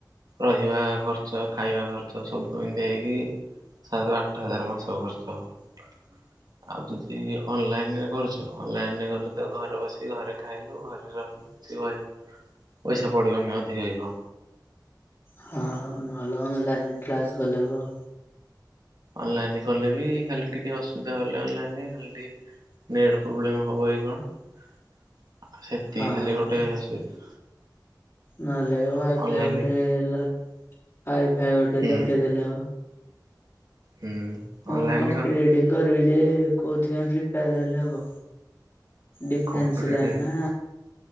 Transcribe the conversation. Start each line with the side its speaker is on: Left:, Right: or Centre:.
Right: ରହିବା ଖର୍ଚ୍ଚ ଖାଇବା ଖର୍ଚ୍ଚ ସବୁ ଦେଇକି ସାତ ଆଠ ହଜାର ମାସକୁ। ଖର୍ଚ୍ଚ ହବ। ଆଉ ଯଦି ଅନଲାଇନ୍ ରେ କରୁଛ ଅନଲାଇନ୍ ରେ କଲେ ତ ଘରେ ବସିକି ଘରେ ଖାଇଲୁ ଘରେ ରହିଲୁ। ଶିବାୟ ପଇସା ପଡ଼ିବନି ଅଧିକା <unintelligible>
Left: ହଁ ଭଲ। ଅନଲାଇନ୍ କ୍ଲାସ୍ କଲେ ହବ।
Right: ଅନଲାଇନ୍ କଲେ ବି ଖାଲି ଟିକେ ଅସୁବିଧା ହେଲେ ଅନଲାଇନ୍ ରେ ଖାଲି ଟିକେ ନେଟ୍ ପ୍ରୋବ୍ଲେମ୍ ହବ କି କଣ ସେତିକି
Left: ହଁ।
Right: ଖାଲି ଗୋଟେ ଅସୁବିଧା।
Left: ନହେଲେ ୱାଇଫାଇ
Right: ଅନଲାଇନ
Left: ଗୋଟେ ଲ ୱାଇ ଫାଇ ଗୋଟେ
Right: ହୁଁ
Left: ଲଗେଇଦେଲେ ହବ।
Right: ହୁଁ।
Left: ମୁଁ
Right: ଅନଲାଇନ
Left: କମ୍ପିଡି଼ଟି କରିବି ଯେ କୋଉଥିପାଇଁ ପ୍ରିପାର ହେଲେ ହବ। ଡିଫେନ୍ସ୍
Right: କମ୍ପିଟେଟିଭ
Left: ଲାଇନ୍ ନା